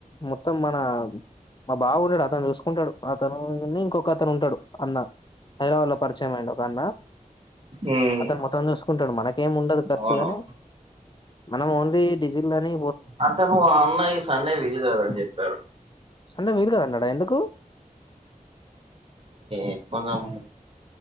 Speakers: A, on the left (about 30°); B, on the right (about 45°).
A: మొత్తం మన మా బావ ఉంటడు అతను చూసుకుంటాడు అతను ఇంకొ అతను ఉంటాడు అన్న హైదరాబాద్ లో పరిచయం అండు ఒక అన్న
B: ఉమ్
A: అతను మొత్తం చూసు కుంటాడు మనకేం ఉండదు ఖర్చు
B: అవునవును
A: గాని మనం ఓన్లీ డీజిల్ గాని
B: అతను ఆ అన్న ఈ సండే వీలు కాదని చెప్పారు
A: సండే వీలు గాదు అన్నాడా ఎందుకు
B: ఎట్ పోదాము